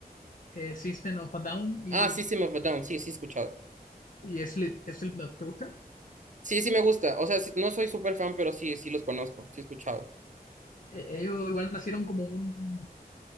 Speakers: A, on the left; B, on the right.
A: Eh, System of a Down y,
B: Ah, System of a Down, sí, sí he escuchado.
A: y Slip- Slipknot, ¿te gusta?
B: Sí, sí me gusta. O sea, sí- no soy súper fan, pero sí, sí los conozco, sí he escuchado.
A: Eh, ellos igual nacieron como un